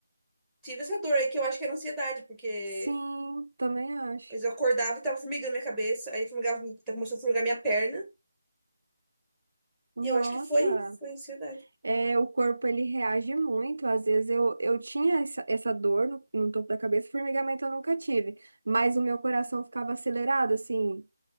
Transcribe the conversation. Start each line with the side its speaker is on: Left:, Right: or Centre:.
Centre: Tive essa dor aí, que eu acho que era ansiedade, porque...
Right: Sim, também acho.
Centre: eu acordava e tava formigando minha cabeça, aí formigava, começou a formigar minha perna.
Right: Nossa,
Centre: E eu acho que foi, foi ansiedade.
Right: é, o corpo ele reage muito. Às vezes eu, eu tinha essa, essa dor no, no topo da cabeça, formigamento eu nunca tive, mas o meu coração ficava acelerado, assim,